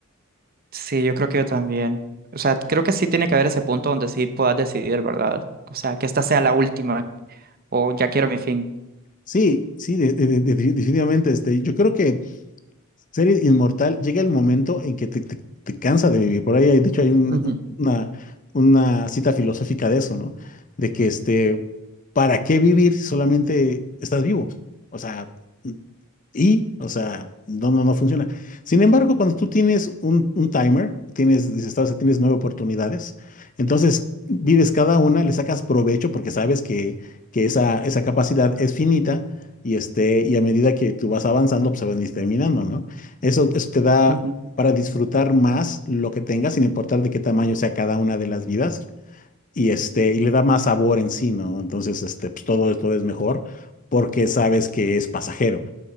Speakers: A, on the right (about 45°); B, on the left (about 40°).
A: Sí, yo creo que yo también. O sea, creo que sí tiene que haber ese punto donde sí puedas decidir, ¿verdad? O sea, que esta sea la última o ya quiero mi fin.
B: Sí, sí, de- de- de- de- definitivamente. Este, yo creo que ser inmortal llega el momento en que te, te- te cansa de vivir. Por ahí, hay- de hecho, hay un-
A: Ujú,
B: una, una cita filosófica de eso, ¿no? De que, este, ¿para qué vivir si solamente estás vivo? O sea, y, o sea, no, no, no funciona. Sin embargo, cuando tú tienes un, un timer, tienes, dices, sabes que tienes nueve oportunidades, entonces vives cada una, le sacas provecho porque sabes que, que esa, esa capacidad es finita y, este, y a medida que tú vas avanzando, pues se van a ir terminando, ¿no? Eso, eso te da
A: ujú,
B: para disfrutar más lo que tengas, sin importar de qué tamaño sea cada una de las vidas, y, este, y le da más sabor en sí, ¿no? Entonces, este, pues todo, todo es mejor porque sabes que es pasajero.